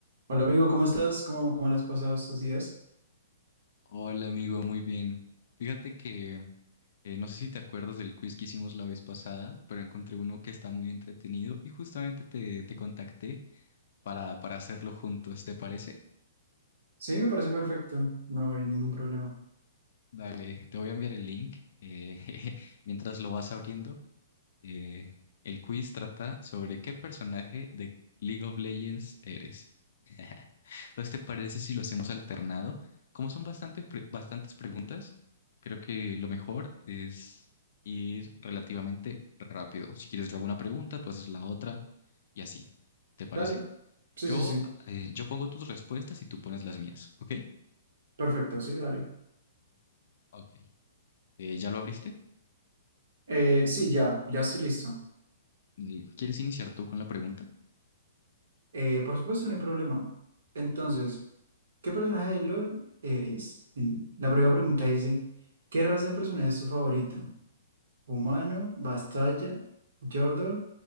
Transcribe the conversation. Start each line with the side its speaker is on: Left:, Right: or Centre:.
Right: Hola amigo, ¿cómo estás? ¿Cómo, cómo las has pasado estos días?
Left: Hola amigo, muy bien. Fíjate que eh, no sé si te acuerdas del quiz que hicimos la vez pasada, pero encontré uno que está muy entretenido y justamente te, te contacté para, para hacerlo juntos, ¿te parece?
Right: Sí, me parece perfecto, no hay ningún problema.
Left: Dale, te voy a enviar el link. eh, <laughs> mientras lo vas abriendo, eh, el quiz trata sobre qué personaje de League of Legends eres. <laughs> Entonces, ¿te parece si lo hacemos alternado? Como son bastante pre- bastantes preguntas, creo que lo mejor es ir relativamente rápido. Si quieres, yo hago una pregunta, tú haces la otra y así. ¿Te parece?
Right: Dale, sí,
Left: Yo,
Right: sí, sí,
Left: eh, yo pongo tus respuestas y tú pones las mías, ¿ok?
Right: perfecto, sí, dale.
Left: Ok. Eh, ¿ya lo abriste?
Right: Eh, sí, ya, ya estoy listo.
Left: Y, ¿Quieres iniciar tú con la pregunta?
Right: Eh, por supuesto, no hay problema. Entonces, ¿qué personaje de LOL eres? En- La primera pregunta dice, ¿qué raza de personaje es tu favorita? ¿Humano, Bastalla, Yordle,